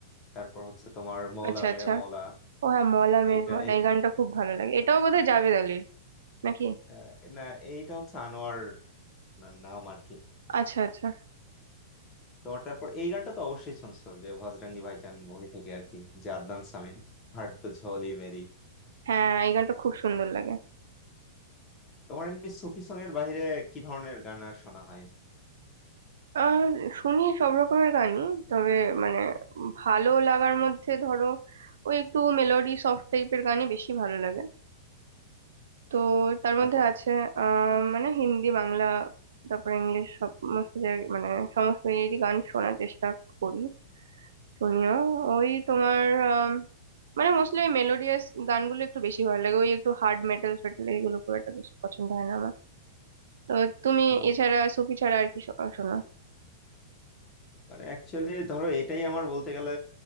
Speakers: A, on the left (about 25°); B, on the right (about 85°).
A: তারপর হচ্ছে তোমার মৌলা
B: আচ্ছা
A: মেরে
B: আচ্ছা
A: মৌলা
B: ও হ্যাঁ মলা মের
A: এইটা
B: মলা
A: এ-
B: এই গানটা খুব ভালো লাগে এটাও বোধহয় জাভেদ আলির নাকি
A: আহ, না এইটা হচ্ছে আনোয়ার ওনার নাম আর কি
B: আচ্ছা আচ্ছা
A: তোমার তারপর এই গানটা তো অবশ্যই শুনছো যে ভজরাঙ্গি ভাইজান মুভি থেকে আর কি যে আদনান সামির ভাট তো ঝোলি মেরি
B: হ্যাঁ এই গানটা খুব সুন্দর লাগে
A: তোমার এমনি সুফি সং এর বাইরে কি ধরনের গান আর শোনা হয়
B: আহ শুনি সব রকমের গানই তবে মানে ভালো লাগার মধ্যে ধরো ওই একটু মেলোডি সফট টাইপের গানই বেশি ভালো লাগে তো তার মধ্যে
A: তা-
B: আছে আহ মানে হিন্দি বাংলা তারপর ইংলিশ সমস্ত জায়গায় মানে সমস্ত ইয়েরই গান শোনার চেষ্টা করি শুনিও ওই তোমার আম, মানে মোস্টলি ওই মেলোডিয়াস গানগুলো একটু বেশি ভালো লাগে ওই একটু হার্ড মেটাল ফেটাল এগুলো খুব একটা বেশি পছন্দ হয় না আমার তো তুমি
A: তাহলে
B: এছাড়া সুফি ছাড়া আর কি শো- শোনো
A: মানে অ্যাকচুয়ালি ধরো এটাই আমার বলতে গেলে